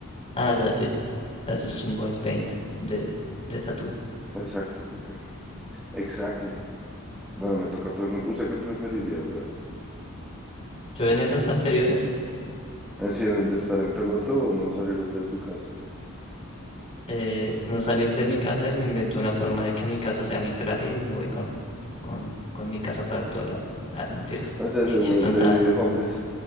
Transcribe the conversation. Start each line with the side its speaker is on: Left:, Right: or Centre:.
Left: Ah, ya sí. Eso es un body paint de, de tatú.
Centre: Exacto, sí. Exactly. Bueno, me toca preguntar. ¿Usted qué preferiría, brother?
Left: Yo en esas anteriores,
Centre: Deciden de estar en peloto o no salir de su casa.
Left: eh, no salir de mi casa y me invento una forma de que mi casa sea mi traje y me voy con, con, con mi casa para todo lado. Ah, no mentiras.
Centre: O sea,
Left: <laughs> Qué,
Centre: se
Left: qué
Centre: vuelve,
Left: tontada.
Centre: se vive homeless.